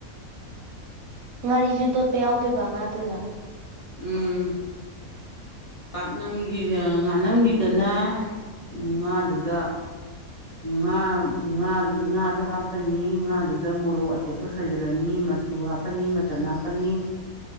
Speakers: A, on the right; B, on the left.
A: ꯉꯥꯔꯤꯁꯨ ꯇꯣꯠꯄ ꯌꯥꯎꯗꯣꯏꯕ ꯉꯥꯗꯨꯗ
B: ꯎꯝ ꯄꯥꯛꯅꯝꯒꯤ ꯉꯥꯅꯝꯈꯤꯗꯅ ꯉꯥꯗꯨꯗ ꯉꯥ ꯉꯥ ꯉꯥꯗꯣ ꯍꯥꯞꯄꯅꯤ ꯉꯥꯗꯨꯗ ꯃꯣꯔꯣꯛ ꯑꯇꯦꯛꯄ ꯁꯣꯏꯖꯤꯜꯂꯅꯤ ꯃꯆꯨ ꯍꯥꯞꯄꯅꯤ ꯃꯆꯟ ꯍꯥꯞꯄꯅꯤ